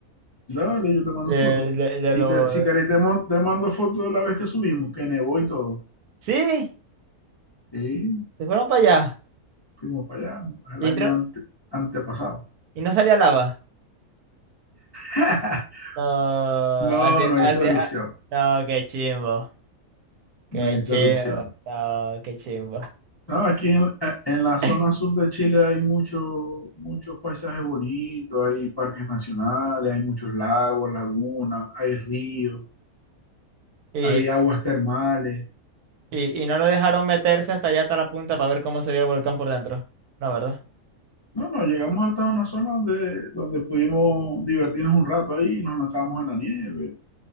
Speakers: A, on the left; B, on the right.
A: Dale, yo te mando
B: De,
A: fotos.
B: de, de
A: Y
B: los.
A: te- si querés, te, mon- te mando fotos de la vez que subimos, que nevó y todo.
B: Sí,
A: Y
B: se fueron para allá.
A: fuimos para allá el
B: Y,
A: año
B: entró-
A: ante- antepasado.
B: y no salía lava.
A: <laughs>
B: No,
A: No,
B: así,
A: no
B: así,
A: hizo erupción.
B: ah, no, qué chimbo. Qué
A: No hizo
B: chimbo.
A: erupción.
B: No, qué chimbo.
A: No, aquí en, eh, en la zona
B: <laughs>
A: sur de Chile hay mucho- muchos paisajes bonitos, hay parques nacionales, hay muchos lagos, lagunas, hay ríos,
B: Y,
A: hay aguas termales.
B: y, y no lo dejaron meterse hasta allá, hasta la punta, para ver cómo sería el volcán por dentro. No, ¿verdad?
A: No, no, llegamos hasta una zona donde, donde pudimos divertirnos un rato ahí y nos lanzamos en la nieve.